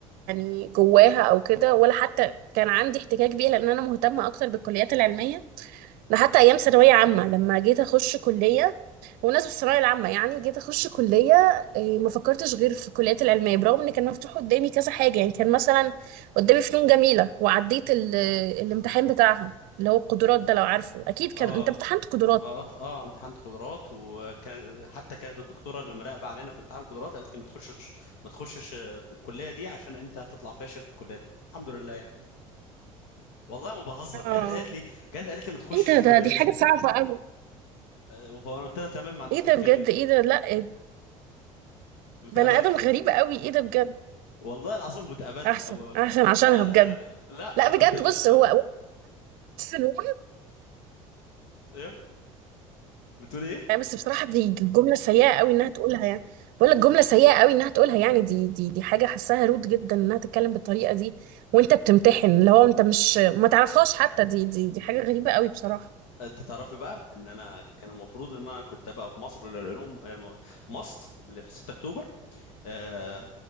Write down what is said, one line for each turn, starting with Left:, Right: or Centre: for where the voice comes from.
Right: يعني جواها أو كده ولا حتى كان عندي احتكاك بيها لأن أنا مهتمة أكتر بالكليات العلمية ده حتى أيام ثانوية عامة لما جيت أخش كلية بمناسبة الثانوية العامة يعني جيت أخش كلية إيه، ما فكرتش غير في الكليات العلمية برغم إن كان مفتوح قدامي كذا حاجة يعني كان مثلا قدامي فنون جميلة وعديت ال- الامتحان بتاعها اللي هو القدرات ده لو عارفه أكيد كان
Left: اه
Right: أنت امتحنت قدرات
Left: اه اه امتحان قدرات وكانت حتى كانت الدكتوره اللي مراقبه علينا في امتحان قدرات قالت لي ما تخشش ما تخشش آه، الكليه دي عشان انت هتطلع فاشل في الكليه دي الحمد لله يعني والله ما بهزر
Right: اه
Left: جت قالت لي جت قالت لي ما تخشش
Right: ايه ده
Left: الكليه
Right: ده دي حاجة
Left: دي
Right: صعبة <laughs> قوي
Left: آه، فانا قلت لها تمام ما عنديش
Right: ايه
Left: مشكله
Right: ده بجد ايه ده لا إيه،
Left: واتقبلت
Right: بني ادم غريب قوي ايه ده بجد
Left: والله العظيم واتقبلت
Right: احسن
Left: أبو...
Right: احسن عشانها
Left: آه
Right: بجد
Left: <laughs> لا
Right: لا
Left: انا كنت
Right: بجد
Left: آه
Right: بص هو
Left: آه،
Right: هو
Left: آه،
Right: فنون
Left: ايوه بتقول ايه
Right: يعني، بس بصراحة دي جملة سيئة قوي انها تقولها يعني بقول لك جملة سيئة قوي انها تقولها يعني دي دي دي حاجة حاساها رود جدا انها تتكلم بالطريقة دي وانت بتمتحن اللي هو انت مش ما تعرفهاش حتى دي دي دي حاجة غريبة قوي بصراحة
Left: انت تعرفي بقى ان انا كان المفروض ان انا كنت ابقى في مصر للعلوم آه، م- ماست اللي في 6 اكتوبر آه،